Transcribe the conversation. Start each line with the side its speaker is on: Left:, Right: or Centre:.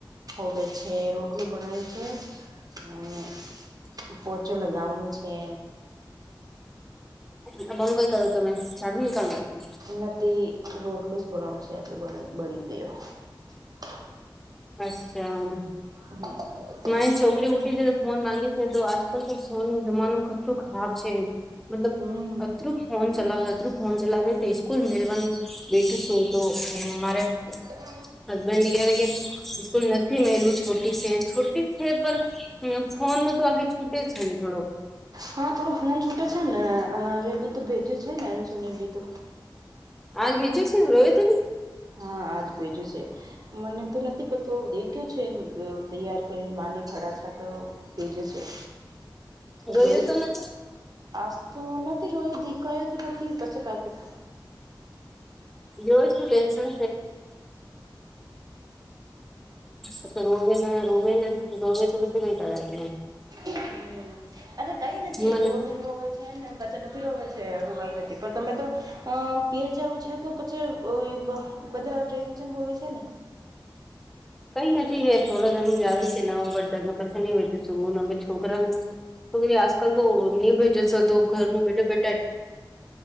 Right: હોવે છે. આટલું બનાય છે અને પોચો લગાવનું છે.
Centre: પણણું કઈ કરો તમે જાડું નીકળવ ત
Right: નથી રોટલેસ બનાવું છે એટલે બ બળી ગયો ઠ <inaudible>
Centre: અચ્છા
Right: હમ
Centre: મારી છોકરી ઉઠી છે તો ફોન માંગે છે તો આજકાલ તો ફોન ન જમાનું ખટરું ખરાબ છે મતલબ
Right: હમ
Centre: અતરુ ફોન ચલાવે અતરું ફોન ચલાવે તો સ્કૂલ મેલવાનું બેઠું છું તો મારે
Right: હ
Centre: હસબેન્ડ ને કેવાય કે બકુલ નથી મેલું છોટી છે છોટી છે પણ હ ફોન ન તો આગે છૂટે જ છે થોડોક
Right: હા થોડો ફોન છૂટે છે ને અમારે બી તો ભેજ્યો છે ને બી તો
Centre: આજ બીજ રોય ત નને
Right: હા આજ ભેજયો છે મને તો નથી પતો દેખ્યો છે તૈયાર કરીને માને ખડાછા તો તેજ છે
Centre: રોયો
Right: દયિત
Centre: તો નથી
Right: આસ તો નથી રોય દેખાયું તો નથી પછી કઈકતું
Centre: યોસું ટેનસન હછ રોવે રોવે રોવે તો કસ કઈ કર છે
Right: હમ <unintelligible> અરે કઈ
Centre: મને
Right: નથી દોમિન રોવે છે ને બચન નથી રોવે છે અડું કઈ નથી પણ તમે તો અ પિર જવું છે તો પછી બધા ટેન્શન હોય છે ને
Centre: કઈ નથી થોડા જણ જ આવે છે હું બદા ન પછ નહીંશું હું છોકરાને વેરે આજકાલ તો નહીં ભેજે તો ઘરનું બેઠા બેટા